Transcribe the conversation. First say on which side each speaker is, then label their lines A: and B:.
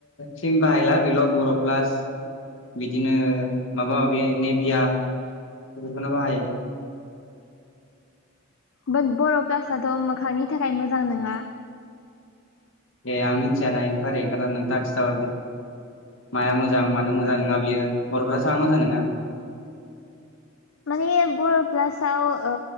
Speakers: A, on the left; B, on the left.
A: ख्रिम बाहायला बेल' बर' प्लास। बिदिनो माबा माबि नेभिया बेफोरखौनो बाहायो।
B: बो बर' क्लासथ' मोखांनि थाखाय मोजां नङा।
A: ए आं मिन्थियाना <unintelligible> नोंथाङा खिनथाहरदो। माया मोजां मानो मोजां नङा बियो बर'फ्लासा मोजां नङा?
B: माने बर' प्लासाव ओ